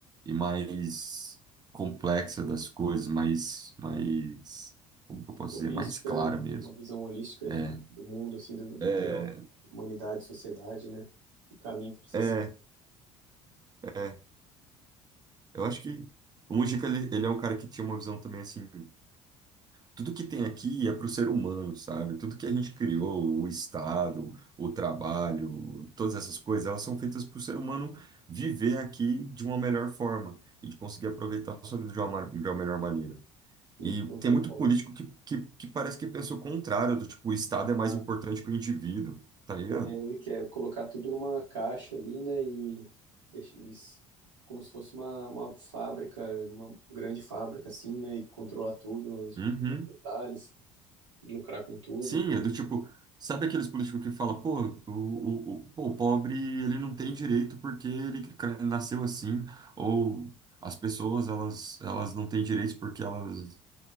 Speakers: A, on the right; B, on the right.
A: e mais complexa das coisas, mais, mais, como que eu posso
B: Holística,
A: dizer, mais clara
B: né?
A: mesmo.
B: Uma visão holística
A: É,
B: de, do mundo, assim, do, do
A: é,
B: que é a humanidade, sociedade, né? O caminho que precisa
A: é,
B: ser.
A: é. Eu acho que o Mujica, ele, ele é um cara que tinha uma visão também assim, tudo que tem aqui é para o ser humano, sabe? Tudo que a gente criou, o Estado, o trabalho, todas essas coisas, elas são feitas para o ser humano viver aqui de uma melhor forma e de conseguir aproveitar a sua vida de uma, ma- de uma melhor maneira.
B: Sim,
A: E
B: não
A: tem
B: tem
A: muito
B: como.
A: político que, que, que parece que pensa o contrário, do tipo, o Estado
B: Exato.
A: é mais importante que o indivíduo, tá ligado?
B: É, ele quer colocar tudo numa caixa ali, né? E deixa isso como se fosse uma, uma fábrica, uma grande fábrica, assim, né? E controlar tudo nos
A: Uhum.
B: pequenos detalhes, e lucrar com tudo,
A: Sim,
B: né?
A: é do tipo, sabe aqueles políticos que falam, pô, o, o, o, pô, o pobre ele não tem direito porque ele cre- nasceu assim, ou as pessoas elas, elas não têm direitos porque elas.